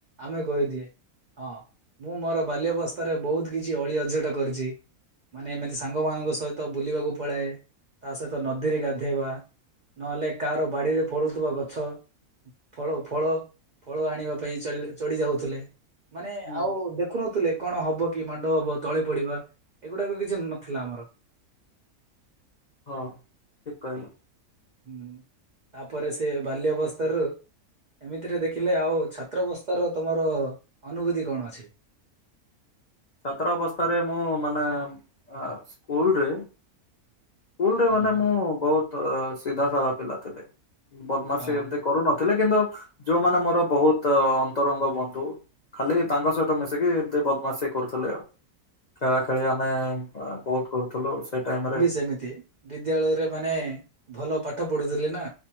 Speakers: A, on the right; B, on the left.
A: ଆମେ କହିଦିଏ। ହଁ ମୁଁ ମୋର ବାଲ୍ୟବସ୍ଥାରେ ବହୁତ କିଛି ଅଳି ଅଝଟ କରିଛି। ମାନେ ଏମିତି ସାଙ୍ଗମାନଙ୍କ ସହିତ ବୁଲିବାକୁ ପଳାଏ ତା ସହିତ ନଦୀରେ ଗାଧେଇବା ନହେଲେ କାହାର ବାଡ଼ିରେ ଫଳୁଥିବା ଗଛ। ଫଳ ଫଳ ଫଳ ଆଣିବା ପାଇଁ ଚଲ୍ ଚଢ଼ି ଯାଉଥିଲେ ମାନେ
B: ହୁଁ।
A: ଆଉ ଦେଖୁନଥିଲେ। କଣ ହବ କି ମାଡ ହବ ତଳେ ପଡିବା ଏଗୁଡାକ କିଛି ନଥିଲା ଆମର।
B: ହଁ ଠିକ୍ କହିଲ।
A: ହୁଁ ତାପରେ ସେ ବାଲ୍ୟ ଅବସ୍ଥା ରୁ ଏମିତିରେ ଦେଖିଲେ ଆଉ ଛାତ୍ରବସ୍ଥାର ତମର ଅନୁଭୂତି କଣ ଅଛି?
B: ଛାତ୍ର ଅବସ୍ଥାରେ ମୁଁ ମାନେ ଆ ସ୍କୁଲରେ ସ୍କୁଲରେ ମାନେ
A: ହୁଁ
B: ମୁଁ ବହୁତ ଅ ସିଧାସଧା ପିଲା ଥିଲି ବଦ୍ମାସୀ
A: ହଁ
B: ଏମିତି, କରୁନଥିଲେ କିନ୍ତୁ ଯୋଉମାନେ ମୋର ବହୁତ ଅନ୍ତରଙ୍ଗ ବନ୍ଧୁ, ଖାଲି ତାଙ୍କ ସହିତ ମିଶିକି ଏତେ ବଦମାସି କରୁଥିଲି ଆଉ, ଖେଳା
A: ହଁ
B: ଖେଳି ଆମେ ଆ ବହୁତ କରୁଥିଲୁ ସେଇ ଟାଇମ୍ ରେ,
A: ଦେମିତି, ବିଦ୍ୟାଳୟରେ ମାନେ ଭଲ ପାଠ ପଢ଼ୁଥିଲି ନା,